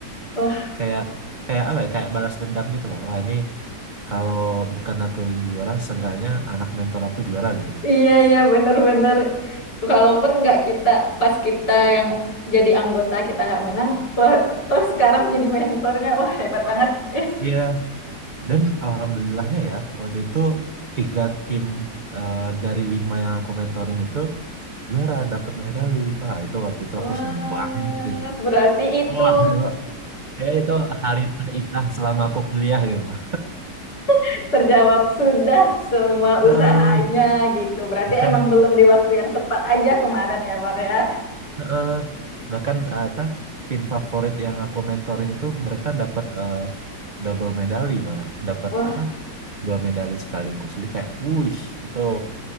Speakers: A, on the left; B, on the right.
A: Wah,
B: Kayak kayak apa ya? Kayak balas dendam gitu loh. Wah, ini kalau bukan aku yang juara, seenggaknya anak mentor aku juara gitu loh.
A: iya iya bener-bener. Kalaupun nggak kita pas kita yang jadi anggota kita nggak menang, loh, toh sekarang jadi mentornya, wah hebat banget. Eh,
B: Iya, Dan alhamdulillahnya ya, waktu itu tiga tim eh, dari lima yang aku mentorin itu juara, dapat medali. Wah, itu waktu itu
A: Wah,
B: aku seneng banget. gitu.
A: berarti itu
B: Wah, itu, kayak itu hari terindah selama aku kuliah gitu loh.
A: <laughs> terjawab sudah semua
B: Heeh,
A: usahanya gitu. Berarti
B: bahkan
A: emang belum di waktu yang tepat aja kemarin ya, Bang ya.
B: heeh, bahkan eh, apa, tim favorit yang aku mentorin itu mereka dapat eh, double medali malah, dapat
A: Wah,
B: apa? Dua medali sekaligus. Jadi kayak, wuih, itu